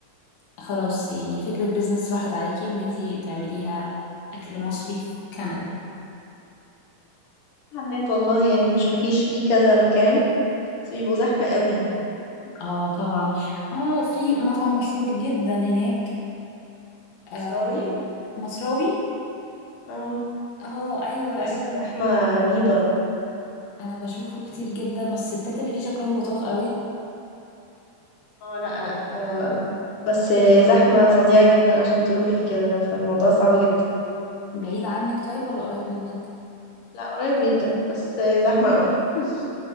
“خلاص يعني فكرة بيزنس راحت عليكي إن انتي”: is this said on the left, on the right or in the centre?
Left